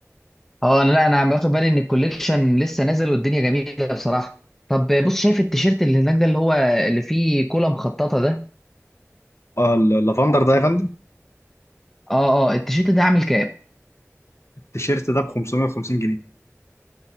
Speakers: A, in the centre; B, on the left.
A: اه انا لا انا عم باخد بالي ان الكوليكشن لسه نازل والدنيا جميله بصراحه طب بص شايف التيشيرت اللي هناك ده اللي هو اللي فيه كولا مخططه ده
B: آه، اللافندر ده يا فندم
A: اه اه التيشيرت ده عامل كام
B: التيشيرت ده ب 550 جنيه